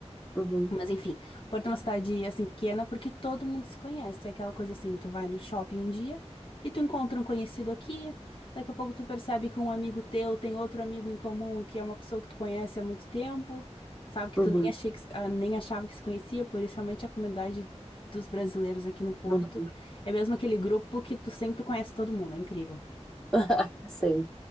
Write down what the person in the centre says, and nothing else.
Uhum,
uhum,
uhum.
<laughs> Sei.